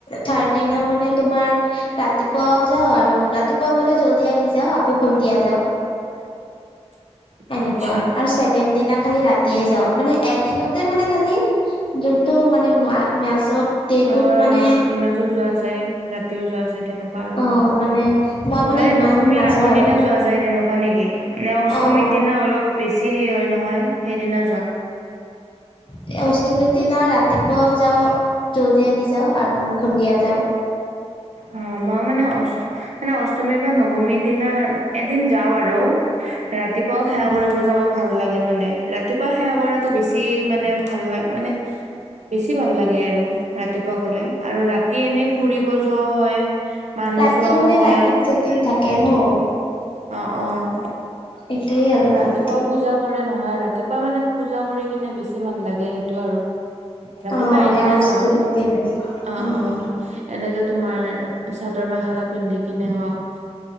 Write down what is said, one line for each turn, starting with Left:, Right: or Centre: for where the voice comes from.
Left: থাৰ্ড দিনা মানে তোমাৰ- ৰাতিপুৱাও যাওঁ আৰু ৰাতিপুৱা গলে জল্দি আহি যাওঁ, আকৌ সন্ধিয়া যাওঁ।
Right: <inaudible>
Left: এনেকুৱা,
Right: আচ্ছা
Left: আৰু চে- কেন দিনা খালি ৰাতিয়ে যাওঁ, মানে এদিনতে মানে খালি যোনটো মানে মা- মাজত- ডেটোত
Right: অঁ
Left: মানে
Right: দিনতো যোৱা যায় ৰাতিও যোৱা যায় তেনক- কুৱা আৰু,
Left: অ মানে মই
Right: মানে
Left: ইমান
Right: দশমীয়াৰ
Left: নাযাওঁ
Right: আগৰ
Left: আৰু
Right: দিনা যোৱা যায় তেনেকুৱা নেকি? নে অষ্টমীৰ
Left: অ অ
Right: দিনা অলপ বেছি হেই হয় নহয়, সেইদিনা যোৱা?
Left: এ অষ্টমীৰ দিনা ৰাতিপুৱাও যাওঁ জল্দি আহি যাওঁ আৰু সন্ধিয়া যাওঁ।
Right: অঁ মই মানে অ- মানে অষ্টমী বা নৱমীৰ দিনা এদিন যাওঁ আৰু, ৰাতিপ- পুৱাও
Left: উম
Right: সেৱা কৰিব যাব। ভাল লাগে মানে, ৰাতিপুৱা সেৱা কৰাটো বেছি মানে ভাল লা মানে- বেছি ভাল লাগে আৰু ৰাতিপুৱা গলে, আৰু ৰাতি এনেই ফুৰিব যোৱাও হয়। মানুহ
Left: ৰাতি
Right: চোৱাও
Left: মানে
Right: হয়
Left: লাইটিং চাইটিং থাকে ন।
Right: অঁ অঁ আৰু
Left: এইটোয়ে আৰু
Right: ৰাতিপুৱাও
Left: ফূৰ্তি।
Right: পূজা- কৰে নহয়, ৰাতিপুৱা মানে পূজা কৰি কিনে বেছি ভাল লাগে সেইটো আৰু। ৰাতিপুৱা
Left: অ
Right: এদিনে
Left: এওজ
Right: যাওঁ,
Left: তুলি দিলে
Right: অঁ
Left: উম
Right: অঁ। এনেকে তোমাৰ চাদৰ মেখেলা পিন্ধি কিনে হওক,